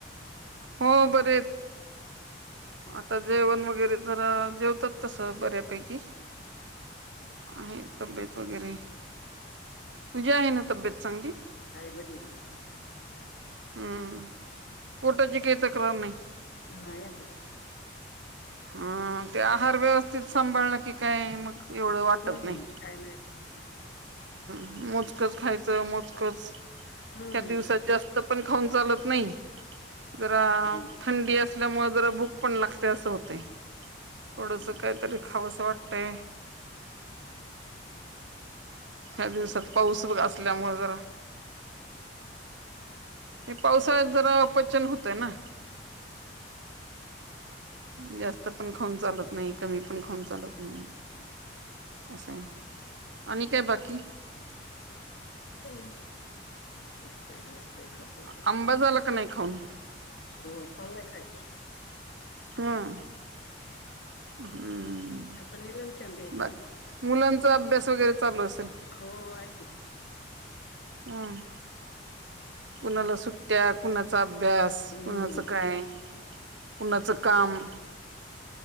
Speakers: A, on the right (about 75°); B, on the left (about 65°).
A: हो बरं आता जेवण वगैरे जरा जेवतात तसं बऱ्यापैकी आहे तब्येत वगैरे तुझी आहे ना तब्येत चांगली
B: हाय बरी हे माझी
A: हम्म फोटोची के तक्रार नाही.
B: नाही आता काही
A: हा ते आहार व्यवस्थित सांभाळलं की काय मग एवढं वाटत
B: हम्म
A: नाही
B: काय नाही तर
A: मोजकचं खायचं मोजकचं
B: हम्म
A: ह्या दिवसात जास्त पण खाऊन चालत नाही जरा
B: हम्म
A: थंडी अस. ल्यामुळे जरा भूक पण लागते असं होतंय थोडसं
B: हम्म
A: काहीतरी खावंस वाटतंय. ह्या दिवसात पाऊस असल्यामुळं जरा हे पावसाळ्यात जरा अपचन होतंय ना.
B: <unintelligible>
A: जास्त पण खाऊन चालत नाही कमी पण खाऊन चालत नाही.
B: <unintelligible>
A: असं हे आणि काय बाकी
B: काय नाही <inaudible> ते खात हे प्याल
A: आंबा झाला
B: दे
A: का नाही खाऊन
B: हो चांललंय खायच
A: हां हम्म
B: आता निलमची आंबी आहेत
A: मग
B: ना
A: मुलांचा अभ्यास वगैरे चालू असेल.
B: हो आहे ते
A: हम् कुणाला सुट्ट्या कुणाचा भ्यास
B: हम्म
A: कुणाचं काय कुणाचं काम